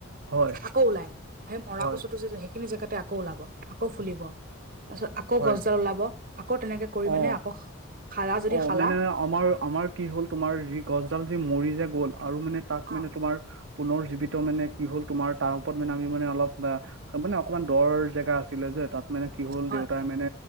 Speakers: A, on the right; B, on the right.
A: হয়
B: আকৌ ওলাই সেই মৰা
A: হয়
B: কচু টো যে। সেইখিনি জেগাতে আকৌ ওলাব আকৌ ফুলিব তাৰপিছত আকৌ
A: হয়
B: গছডাল ওলাব আকৌ তেনেকে। কৰি মানে
A: অ
B: আকৌ খালা যদি
A: অ
B: খালা।
A: মানে আমাৰ- আমাৰ কি হ'ল তোমাৰ গছডাল যে মৰি যে গ'ল আৰু মানে তাক মানে
B: অ
A: তোমাৰ। পুনৰ জীৱিত মানে কি হ'ল তোমাৰ তাৰ ওপৰত মানে আমি মানে অলপ। মানে অকমান দৰ জেগা আছিলে যে, তাত মানে কি হল
B: হয়
A: দেউতাই
B: হয়
A: মানে